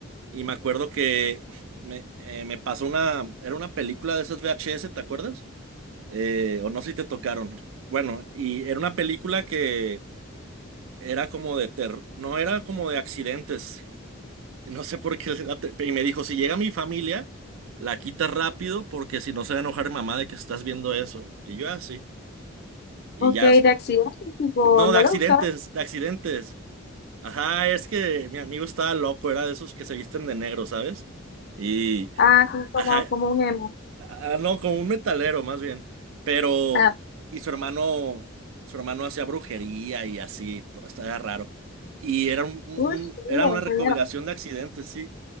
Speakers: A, on the right; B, on the left.
A: Y me acuerdo que <laughs> me, eh, me pasó una, era una película de esas VHS, ¿te acuerdas? Eh, o no sé si te tocaron. Bueno, y era una película que era como de terror, no era como de accidentes, no sé por qué. la te- Y me dijo, si llega mi familia, la quita rápido porque si no se va a enojar mi mamá de que estás viendo eso. Y yo así. Y
B: Ok,
A: ya. s-
B: de accidente, tipo,
A: No,
B: no
A: de accidentes,
B: le gustaba.
A: de accidentes. Ajá, es que mi amigo estaba loco, era de esos que se visten de negro, ¿sabes? Y,
B: Ah,
A: y-
B: sí, como,
A: ajá,
B: como un emo.
A: ah, no, como un metalero más bien. Pero,
B: Ah,
A: y su hermano, su hermano hacía brujería y así, to- estaba raro. Y era un, un-
B: uy, sí,
A: era
B: no,
A: una recopilación
B: qué
A: de accidentes, sí.